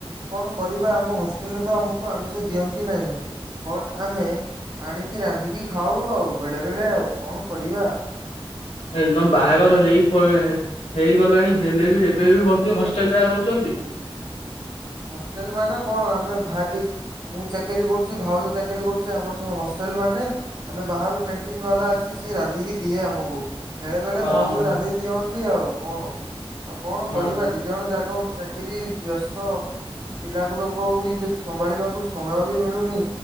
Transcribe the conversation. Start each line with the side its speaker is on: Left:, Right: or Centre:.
Right: କଣ କରିବା ଆମ ହ ସିନ୍ତରେ ତ ଆମକୁ ଆମିଷ ଦିଅନ୍ତି ନାହିଁ ଆମେ ଆଣିକି ରାନ୍ଧିକି ଖାଉ ଆଉ ବେଳେ ବେଳେ ଆଉ କଣ କରିବା
Left: ଏଦମ ବାହାଘର ହେଇକି ପଡିବ ଭାଇ ହେଇଗଲାଣି ହେଲେ ବି ଏବେ ବି ମଧ୍ୟ ହଷ୍ଟେଲରେ ଆ ରହୁଛନ୍ତି
Right: ହଷ୍ଟେଲ ମାନ କଣ ଆମେ ଭାଇ ମୁଁ ଚାକିରୀ କରୁଛି ଭାଉଜ ଚାକିରିୀ କରୁଛି ଆମର ସବୁ ହଷ୍ଟେଲ ମାନେ ଆମେ ବାହାରୁ କ୍ୟାଣ୍ଟିନ ବାଲା ଅଛି ସିଏ ରାନ୍ଧିକି ଦିଏ ଆମକୁ ବେଳେ ବେଳେ
Left: ହଁ
Right: ଭାଉଜ ରାନ୍ଧି ଦିଅନ୍ତି ଆଉ କଣ ଆଉ କଣ କରିବା
Left: ଓହୋ
Right: ଦି ଜଣ ଯାକ ଚାକିରି ବ୍ୟସ୍ତ ପିଲା ଗୁଡାକ ବି ସମ୍ଭାଳିବାକୁ ସମୟ ବି ମିଳୁନି